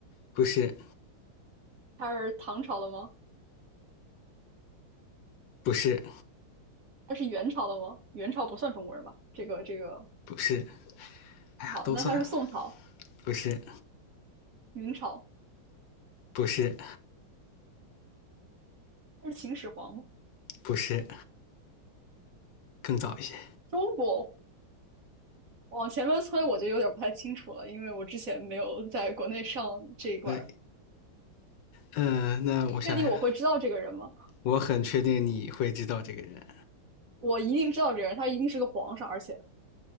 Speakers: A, on the left; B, on the right.
A: 不是
B: 他是唐朝的吗？
A: 不是，
B: 他是元朝的吗？元朝不算中国人吧？这个这个
A: 不是，哎呀，
B: 好，
A: 都算了，
B: 那他是宋朝、
A: 不是，
B: 明朝，
A: 不是，
B: 他是秦始皇吗？
A: 不是，更早一些。
B: 中国往前面推我就有点不太清楚了，因为我之前没有在国内上这一块
A: 那，呃，那我想想，
B: 你确定我会知道这个人吗？
A: 我很确定你会知道这个人，
B: 我一定知道这个人，他一定是个皇上，而且